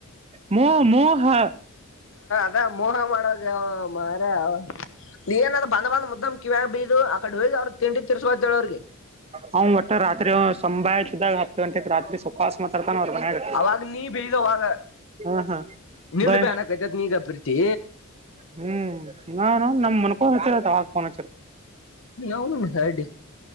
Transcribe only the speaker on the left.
ಅಲ್ಲ ಮೋಹ ಮಾಡಾಗ ಮಾರ ನೀಏನ ಬಂದ ಬಂದ ಮುದ್ದಮ್ ಕಿವ ಬೀರು ಅ ಕಡೆ ಹೋಗ ಅವ್ರ ತಿಂಡಿ ತಿರ್ಸ್ಕೊತೇಳ ಅವ್ರಿಗೆ
ಅವಾಗ ನೀ ಬೀದವಾಗ
ನಿಂದ
ಬ ಅಾನಕೈತತ್ ನೀಗ ಪ್ರರ್ತಿ
ಅವನುನುಡ್ಡಿ